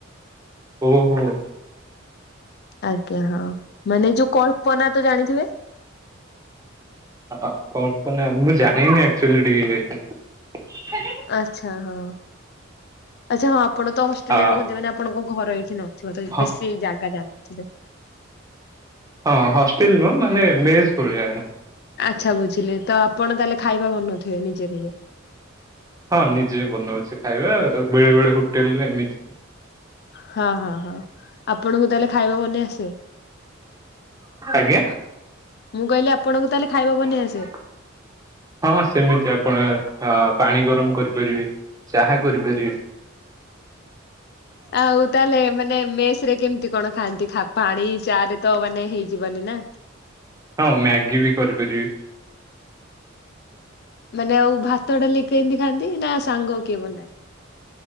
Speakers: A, on the right; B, on the left.
A: ଓହୋ।
B: ଆଜ୍ଞା ହଁ ମାନେ ଯୋଉ କଳ୍ପନା ତ ଜାଣିଥିବେ?
A: ଅ-ଅ-କଳ୍ପନା ମୁଁ ଜାଣିନି ଆକଚୋଲି ଟିକେ ବି ଏତେ।
B: ଆଚ୍ଛା ହଁ ଆଚ୍ଛା ହଁ ଆପଣ ତ ହଷ୍ଟେଲରେ
A: ଆ
B: ରୁହନ୍ତି ମାନେ ଆପଣଙ୍କ ଘର ଏଇଠି ନଅ ଥିବ ତ
A: ହଁ
B: ବେଶୀ ଜାଗା ଜାଣନଥିବେ।
A: ହଁ ହଷ୍ଟେଲ ନୁହଁ ମାନେ ମେସ୍ ଭଳିଆ।
B: ଆଚ୍ଛା ବୁଝିଲେ ତ ଆପଣ ତାହେଲେ ଖାଇବା ବନୋଉ ଥୁବେ ନିଜେ ନିଜେ?
A: ହଁ ନିଜେ ବି ବନୋଉଛି ଖାଇବା ଆ-ବେଳେ ବେଳେ ହୋଟେଲରେ ଏମିତି
B: ହଁ ହଁ ହଁ ଆପଣଙ୍କୁ ତାହେଲେ ଖାଇବା ବନେଇ ଆସ୍
A: ଆଜ୍ଞା?
B: ମୁଁ କହିଲି ଆପଣଙ୍କୁ ତାହେଲେ ଖାଇବା ବନେଇ
A: ହଁ
B: ଆସେ।
A: ହଁ ସେମିତି ଆପଣ ହଁ ପାଣି ଗରମ କରିପାରିବି ଚାହା କରିପାରିବେ
B: ଆଉ ତାହେଲେ ମାନେ ମେସରେ କେମତି କଣ ଖାଆନ୍ତି ଖା-ପାଣି ଚାଆରେ ତ ମାନେ ହେଇଯିବନି ନା।
A: ହଁ ମ୍ୟାଗି ବି କରିପାରିବି।
B: ମାନେ ଆଉ ଭାତ ଡାଲି କେମତି ଖାଆନ୍ତି ନା ସାଙ୍ଗ କିଏ ବନାଏ।